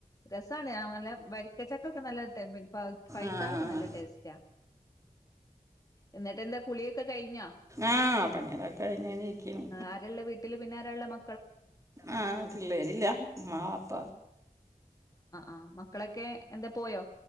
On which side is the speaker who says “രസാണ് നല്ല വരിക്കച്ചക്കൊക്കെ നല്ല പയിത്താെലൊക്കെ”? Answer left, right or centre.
Left